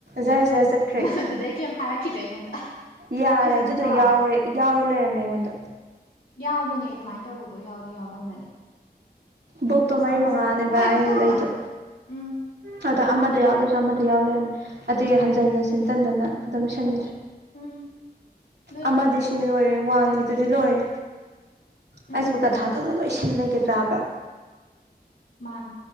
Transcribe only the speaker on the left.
ꯃꯗꯨꯗꯩ ꯀꯩꯌꯤꯝ ꯍꯥꯏꯔꯛꯒꯤꯗ꯭ꯔꯦ ꯑꯩꯉꯣꯟꯗ
ꯑꯩꯁꯨ
ꯑꯗꯨꯝ ꯀꯥꯎꯔꯦ
ꯌꯥꯎꯕꯅꯦ ꯑꯗꯨꯃꯥꯏ ꯇꯧꯕꯗꯣ ꯌꯥꯎꯗꯤ ꯌꯥꯎꯒꯟꯕꯅꯦ
ꯃꯁꯥ
ꯃꯁꯥꯒꯤ ꯍꯣꯏ
ꯈꯣꯠꯇꯣꯛꯀꯅꯣ
ꯎꯝ
ꯎꯝ
ꯎꯝ ꯑꯗꯨꯅꯗꯤ
ꯐꯩꯌꯦ
ꯕꯨꯛ
ꯇꯧꯔꯅꯤ
ꯎꯝ
ꯃꯥꯅꯦ